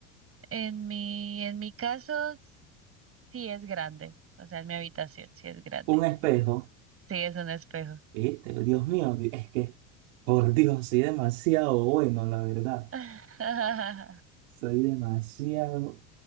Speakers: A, on the right; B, on the right.
A: en mi, en mi caso, sí es grande. O sea, en mi habitación, sí es grande.
B: un espejo,
A: Sí, es un espejo.
B: ¿viste? Dios mío, di- es que, por Dios, soy demasiado bueno, la verdad.
A: <laughs>
B: Soy demasiado